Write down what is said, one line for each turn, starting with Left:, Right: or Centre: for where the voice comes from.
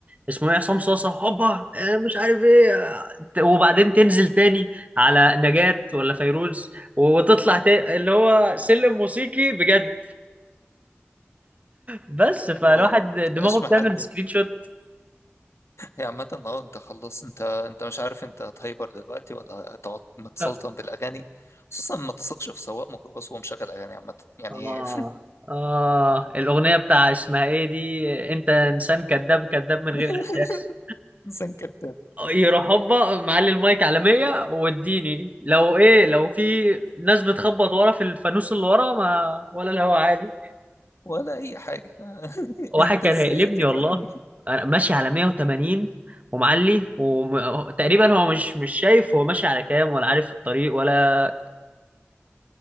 Right: اسمه ايه عصام صاصه هوبا آه، مش عارف ايه آه، ت- وبعدين تنزل تاني على نجاة ولا فيروز وتطلع تاني اللي هو سلم موسيقي بجد بس
Left: هو
Right: فالواحد دماغه
Left: مبقاش محدد
Right: بتعمل سكرين شوت
Left: هي عامة اه انت خلاص انت انت مش عارف انت هتهايبر دلوقتي ولا هتقعد متسلطن
Right: اه
Left: بالاغاني خصوصا ما تثقش في سواق ميكروباص وهو مشغل اغاني عامة يعني
Right: اه آه. الاغنيه بتاع اسمها ايه دي انت انسان كذاب كذاب من غير
Left: <laughs>
Right: احساس
Left: انسان كذاب
Right: يروح هوبا معلي المايك على 100 واديني لو ايه لو في ناس بتخبط ورا في الفانوس اللي ورا ما ولا الهوا عادي
Left: ولا اي حاجة <laughs>
Right: واحد
Left: انت
Right: كان
Left: ازاي
Right: هيقلبني
Left: تجرحني
Right: والله انا ماشي على 180 ومعلي وتقريبا هو مش مش شايف هو ماشي على كام ولا عارف الطريق ولا